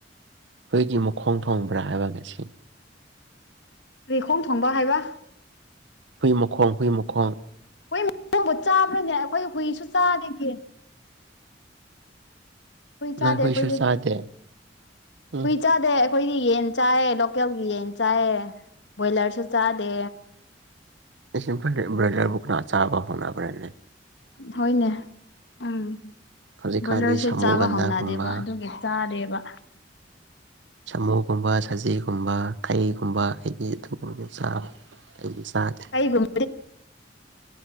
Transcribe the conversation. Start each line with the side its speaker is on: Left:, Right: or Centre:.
Right: ꯑꯩꯈꯣꯏꯒꯤ ꯃꯈꯣꯡ ꯊꯣꯡꯕ꯭ꯔꯥ ꯍꯥꯏꯕ ꯉꯁꯤ
Left: ꯔꯤꯈꯣꯡ ꯊꯣꯡꯕ ꯍꯥꯏꯕ
Right: ꯍꯨꯏ ꯃꯈꯣꯡ ꯍꯨꯏ ꯃꯈꯣꯡ
Left: ꯍꯨꯏ ꯃꯈꯣꯡꯕꯨ ꯆꯥꯕ꯭ꯔꯅꯦ ꯑꯩꯈꯣꯏ ꯍꯨꯏꯁꯨ ꯆꯥꯗꯒꯦ ꯍꯨꯏ ꯆꯥꯗꯦ
Right: ꯅꯣꯏ ꯍꯨꯏꯁꯨ
Left: ꯑꯩꯈꯣꯏꯗꯤ
Right: ꯆꯥꯗꯦ ꯎꯝ
Left: ꯍꯨꯏ ꯆꯗꯦ ꯆꯥꯗꯦ ꯑꯩꯈꯣꯏꯒꯤ ꯌꯦꯟ ꯆꯥꯏꯌꯦ ꯂꯣꯀꯦꯜꯒꯤ ꯌꯦꯟ ꯆꯥꯏꯌꯦ ꯕꯣꯏꯂꯔꯁꯨ ꯆꯥꯗꯦ
Right: ꯑꯩꯁꯨ ꯈꯜꯂꯦ ꯕ꯭ꯔꯣꯏꯂꯔꯕꯨ ꯀꯅꯥ ꯆꯥꯕ ꯍꯧꯅꯕꯔꯥꯅꯦ
Left: ꯍꯣꯏꯅꯦ ꯎꯝ
Right: ꯍꯧꯖꯤꯛꯀꯥꯟꯗꯤ
Left: ꯕꯣꯏꯂꯔꯁꯦ
Right: ꯁꯥꯃꯨꯒꯟꯗꯥꯒꯨꯝꯕ
Left: ꯆꯥꯕ ꯍꯧꯅꯗꯦꯕ ꯑꯗꯨꯒꯤ ꯆꯥꯗꯦꯕ
Right: ꯁꯥꯃꯨꯒꯨꯝꯕ ꯁꯖꯤꯒꯨꯝꯕ ꯈꯩꯒꯨꯝꯕ ꯑꯩꯗꯤ ꯑꯗꯨꯒꯨꯝꯕ ꯆꯥꯕ ꯑꯩꯗꯤ ꯆꯥꯗꯦ
Left: ꯑꯩꯒꯨꯝ